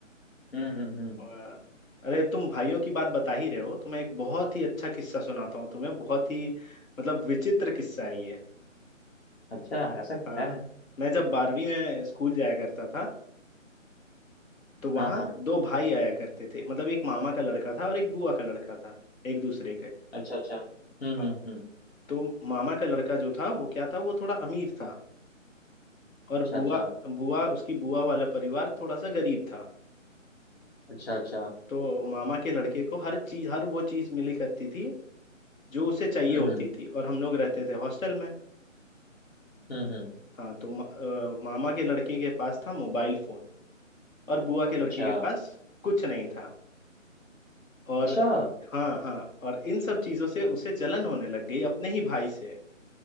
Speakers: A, on the left (about 50°); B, on the left (about 85°).
A: हम्म हम्म हम्म
B: और- अरे तुम भाइयों की बात बता ही रहे हो तो मैं एक बहुत ही अच्छा किस्सा सुनाता हूँ तुम्हें बहुत ही मतलब विचित्र किस्सा है ये
A: अच्छा ऐसा क्या
B: हाँ
A: है
B: मैं जब बारहवीं में स्कूल जाया करता था तो वहाँ
A: हाँ हाँ
B: दो भाई आया करते थे मतलब एक मामा का लड़का था और एक बुआ का लड़का था एक दूसरे के
A: अच्छा अच्छा हम्म
B: हाँ,
A: हम्म हम्म
B: तो मामा का लड़का जो था वो क्या था वो थोड़ा अमीर था
A: अच्छा
B: और बुआ
A: अच्छा
B: बुआ उसकी बुआ वाला परिवार थोड़ा सा गरीब था
A: अच्छा अच्छा
B: तो मामा के लड़के को हर चीज हर वो चीज मिली करती थी जो उसे चाहिए
A: हम्म
B: होती
A: हम्म
B: थी और हम लोग रहते थे हॉस्टल में
A: हम्म हम्म
B: हाँ तो म, अ, मामा के लड़के के पास था मोबाइल फोन और बुआ के लड़के
A: अच्छा
B: के पास कुछ नहीं था और
A: अच्छा
B: हाँ हाँ और इन सब चीजों से उसे जलन होने लग गई अपने ही भाई से